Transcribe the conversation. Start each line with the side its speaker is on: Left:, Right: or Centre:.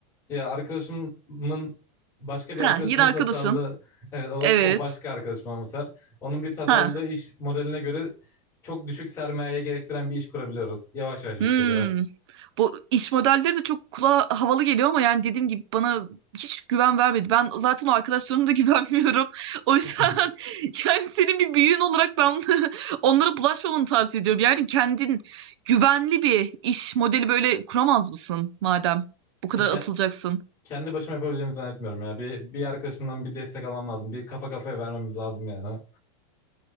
Left: Ya arkadaşımın başka
Right: Ha
Left: bir arkadaşımın
Right: yine arkadaşın.
Left: tasarladığı evet o,
Right: Evet.
Left: o başka arkadaşım ama Ser. Onun bir tasarladığı
Right: Ha.
Left: iş modeline göre çok düşük sermayeye gerektiren bir iş kurabiliyoruz. Yavaş yavaş yükseliyor.
Right: Hmm. Bu iş modelleri de çok kulağa havalı geliyor ama yani dediğim gibi bana hiç güven vermedi. Ben zaten o arkadaşlarıma da güvenmiyorum. <laughs> O
Left: <laughs>
Right: yüzden yani senin bir büyüğün olarak ben <laughs> onlara bulaşmamanı tavsiye ediyorum. Yani kendin güvenli bir iş modeli böyle kuramaz mısın madem bu kadar
Left: E, ke-
Right: atılacaksın?
Left: kendi başıma yapabileceğimi zannetmiyorum ya. Bir, bir arkadaşımdan bir destek almam lazım. Bir kafa kafaya vermemiz lazım yani.